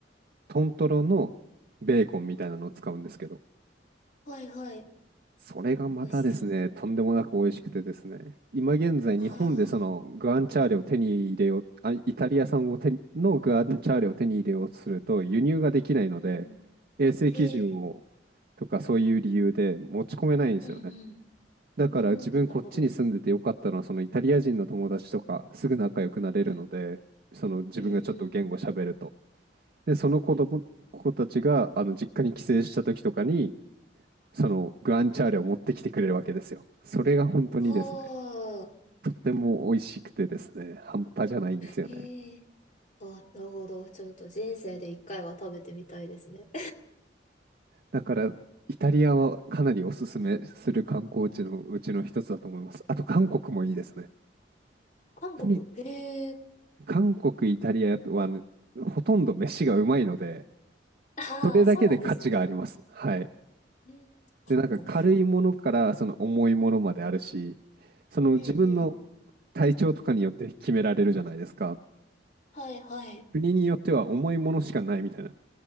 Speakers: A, on the right (about 55°); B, on the left (about 45°).
A: トントロのベーコンみたいなのを使うんですけど、
B: はいはい。
A: それがまたですね、
B: 美味しそう。
A: とんでもなく美味しくてですね、
B: うん。
A: 今現在日本でそのグアンチャーレを手に入れよう、
B: ああ、
A: あ、イタリア産を手にのグアンチャーレを手に入れようとすると輸入ができないので、
B: うんうん。
A: 衛生基準を
B: ええ、
A: とかそういう理由で持ち込めないんですよね。
B: うんうん。
A: だから自分こっちに住んでてよかったのは、
B: ああなるほど。
A: そのイタリア人の友達とかすぐ仲良くなれるので、
B: うん
A: その自分がちょっと言語喋ると。
B: うん
A: で、その子供、
B: うん。
A: 子たちが、あの、実家に帰省した時とかに、その、グアンチャーレを持ってきてくれるわけですよ。それが本当にですね、
B: ああ、
A: とっても美味しくてですね、半端じゃないんですよね。
B: へえ。あ、なるほど。ちょっと人生で一回は食べてみたいですね。
A: だから、イタリアはかなりおすすめする観光地のうちの一つだと思います。あと、韓国もいいですね。
B: <laughs> 韓国。
A: とに
B: へえ。
A: 韓国、イタリアは、ね、ほとんど飯がうまいので、
B: ああ、
A: それだけで価値があります。
B: そうなんですね。
A: はい。
B: うん韓国。
A: で、なんか軽いものからその重いものまであるし、その自分の
B: うんうん。
A: 体調とかによって決められるじゃないですか。
B: はいはい。
A: 国によっては重いものしかないみたいな。